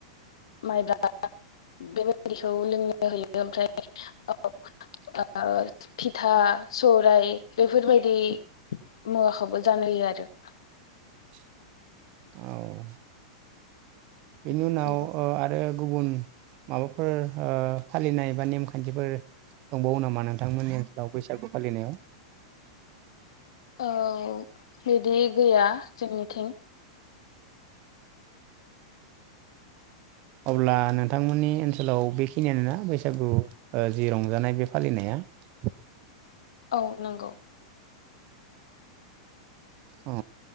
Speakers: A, on the left; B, on the right.
A: माइब्रा बेबायदिखौ लोंनो होयो ओमफ्राय ओ ओ फिथा सौरायाइ बेफोरबायदि मुवाखौबो जानो होयो आरो
B: <unintelligible> औ बेनि उनाव
A: आरो
B: ओ आरो गुबुन माबाफोर ओ फालिनाय बा नेमखान्थिफोर दंबावो नामा नोंथांमोननि ओनसोलाव बैसागु फालिनायाव
A: औ बिदि गैया जोंनिथिं
B: अब्ला नोंथांमोननि ओनसोलाव बेखिनियानोना बैसागु जि रंजानाय बे फालिनाया <unintelligible>
A: औ नंगौ
B: अ